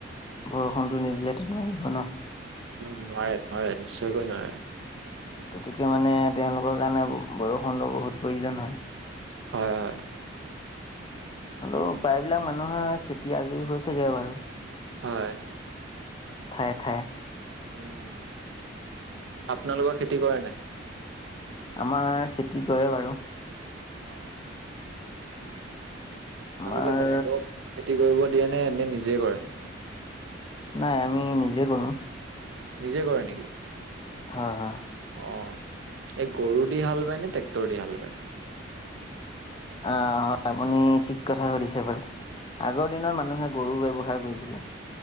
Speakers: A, on the left; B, on the right.
A: বৰষুণতটো নিদিলে <unintelligible>
B: উম নোৱাৰে, নোৱাৰে নিশ্চয়কৈ নোৱাৰে।
A: গতিকে মানে তেওঁলোকৰ কাৰণে ব-বৰষুণ বহুত প্ৰয়োজন হয়।
B: হয়, হয়।
A: হ'লেও প্ৰায়বিলাক মানুহৰ খেতি আজৰি হৈছেগে বাৰু।
B: হয়।
A: ঠায়ে, ঠায়ে।
B: উম, আপোনালোকৰ খেতি কৰে নাই?
A: আমাৰ খেতি কৰে বাৰু।
B: অহ'। আপোনালোকে
A: আমাৰ
B: বেলেগক খেতি কৰিব দিয়ে নে, নিজে কৰে?
A: নাই আমি নিজে কৰোঁ।
B: নিজে কৰে নেকি?
A: হা, হা।
B: অ, ' এ গৰু দি হাল বায় নে, ট্ৰেক্টৰ দি হাল বায়?
A: অ' হয়, আপুনি ঠিক কথা সুধিছে বাৰু। আগৰ দিনত মানুহে গৰু ব্যৱহাৰ কৰিছিলে।